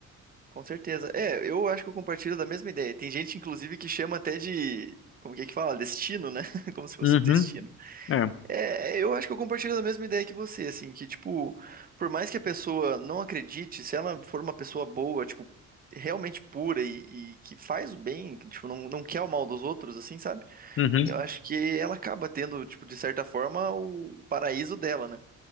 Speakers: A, on the right (about 30°); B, on the left (about 45°).
A: Com certeza. É, eu acho que eu compartilho da mesma ideia. Tem gente, inclusive, que chama até de. Como que é que fala? Destino, né? <laughs> Como se fosse
B: Uhum,
A: destino.
B: é,
A: É, eu acho que eu compartilho da mesma ideia que você, assim, que, tipo, por mais que a pessoa não acredite, se ela for uma pessoa boa, tipo, realmente pura e, e que faz o bem, que, tipo, não, não quer o mal dos outros, assim, sabe?
B: uhum,
A: Eu acho que ela acaba tendo, tipo, de certa forma, o o paraíso dela, né?